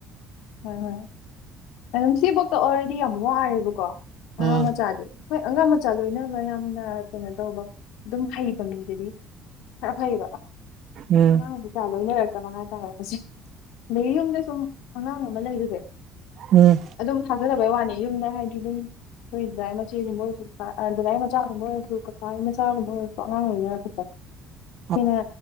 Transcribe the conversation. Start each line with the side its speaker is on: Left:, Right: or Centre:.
Left: ꯍꯣꯏ ꯍꯣꯏ ꯁꯤꯐꯥꯎꯗ ꯑꯣꯜꯔꯗꯤ ꯌꯥꯝ ꯋꯥꯔꯦꯕꯀꯣ ꯑꯉꯥꯡ
Right: ꯎꯝ
Left: ꯃꯆꯥꯗꯤ ꯑꯩꯈꯣꯏ ꯑꯉꯥꯡ ꯃꯆꯥ ꯂꯣꯏꯅꯕ ꯌꯥꯝꯅ ꯀꯩꯅꯣ ꯇꯧꯕ ꯑꯗꯨꯝ ꯍꯩꯕ ꯃꯤꯗꯗꯤ ꯈꯔ ꯐꯩꯕ
Right: ꯎꯝ
Left: ꯑꯉꯥꯡꯗꯨ ꯀꯌꯥ ꯂꯣꯏꯅꯔꯛꯇꯕ ꯍꯥꯏꯇꯥꯔꯦꯁ ꯅꯌꯨꯝꯗ ꯁꯨꯝ ꯑꯉꯥꯡ ꯑꯃ ꯂꯩꯕꯁꯦ
Right: ꯎꯝ
Left: ꯑꯗꯨꯝ ꯊꯥꯖꯗꯕꯩ ꯋꯥꯅꯦ ꯌꯨꯝꯗ ꯍꯥꯏꯗꯤ ꯑꯗꯨꯝ ꯑꯩꯈꯣꯏ ꯗꯥꯗꯥ ꯃꯆꯦꯒꯨꯝꯕ ꯗꯥꯗꯥ ꯃꯆꯥꯒꯨꯝꯕ ꯑꯣꯏꯔꯁꯨ ꯀꯀꯥꯒꯤ ꯃꯆꯥꯒꯨꯝꯕ ꯑꯣꯏꯔꯁꯨ ꯑꯉꯥꯡ ꯑꯣꯏꯅ ꯍꯥꯏꯔꯒꯁꯨꯔ
Right: <inaudible>
Left: ꯀꯩꯅꯣ